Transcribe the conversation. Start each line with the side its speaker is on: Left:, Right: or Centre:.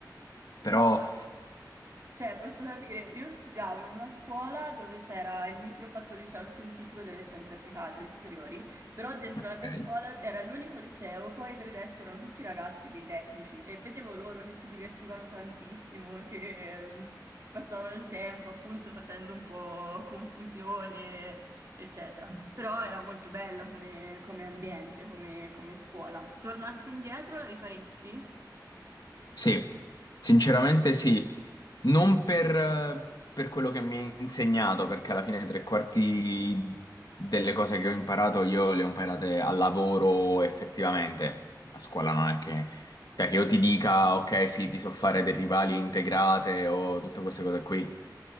Left: Però
Right: no, no, cioè posso sapere, io studiavo in una scuola dove c'era il, mi- io ho fatto il liceo scientifico delle scienze applicate alle superiori, però dentro
Left: Ok.
Right: la mia scuola era l'unico liceo, poi per il resto erano tutti ragazzi dei tecnici e vedevo loro che si divertivano tantissimo, che ehm, passavano il tempo appunto facendo un po' confusione, eccetera. Però era molto bella come, come ambiente, come, come scuola. Tornassi indietro, la rifaresti?
Left: sì, sinceramente sì, non per, per quello che mi ha insegnato, perché alla fine tre quarti delle cose che ho imparato io le ho imparate al lavoro effettivamente. A scuola non è che, cioè, che io ti dica, ok, sì, ti so fare derivali integrate o tutte queste cose qui.